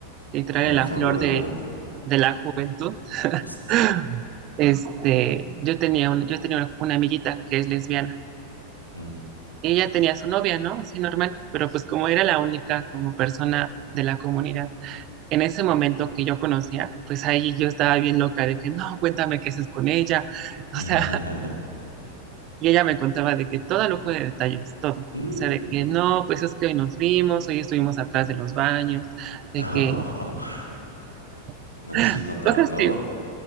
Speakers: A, on the right (about 35°); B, on the left (about 85°).
A: literal
B: En
A: en
B: la
A: la
B: flor
A: flor
B: de la
A: de,
B: juventud,
A: de la juventud, <gasps>
B: justo.
A: <laughs> este, yo tenía un- yo tenía una una amiguita que es lesbiana.
B: Mm.
A: Ella tenía su novia, ¿no? Así normal, pero pues como era la única como persona de la comunidad en ese momento que yo conocía, pues ahí yo estaba bien loca de que no, cuéntame qué haces con ella, <laughs> o
B: <laughs>
A: sea, y ella me contaba de que todo lujo de detalles, todo, o
B: Mm.
A: sea, de que no, pues es que hoy nos vimos, hoy estuvimos atrás de los baños, de
B: <laughs>
A: que <gasps>
B: No,
A: <laughs>
B: sí, contaba
A: cosas
B: todo.
A: así,